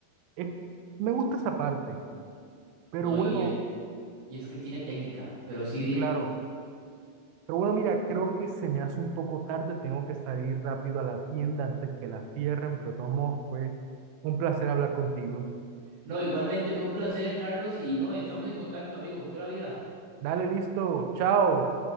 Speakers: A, on the right; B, on the right.
A: Es- me gusta esa parte, pero
B: No,
A: bueno,
B: y es, y es que tiene técnica, pero sí
A: y
B: dime.
A: claro, pero bueno, mira, creo que se me hace un poco tarde, tengo que salir rápido a la tienda antes que la cierren, pero de todos modos fue un placer hablar contigo.
B: No, igualmente fue un placer, Carlos, y no, estamos en contacto, amigo, pura vida.
A: Dale, listo, chao.